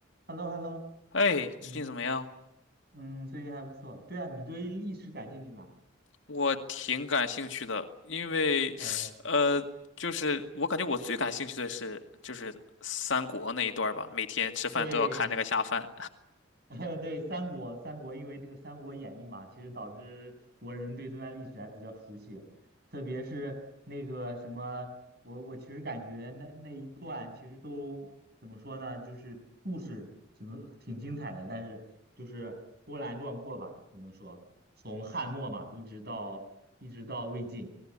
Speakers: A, on the right; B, on the left.
A: h e l l o h e l l o
B: 哎，
A: 嗯
B: 最近怎么样？
A: 嗯，最近还不错。对啊，你对历史感兴趣吗？
B: 我挺感兴趣的，因为，
A: 呃，
B: 呃，就是我感觉我最感兴趣的是就是三国那一段儿吧，每天吃饭都要看那个下饭。
A: 对，<laughs> 呃，对，三国，三国，因为这个《三国演义》嘛，其实导致国人对这段历史还比较熟悉，特别是那个什么，我我其实感觉那那一段其实都怎么说呢，就是故事只能挺精彩的，但是就是波澜壮阔吧，只能说从汉末嘛，一直到一直到魏晋。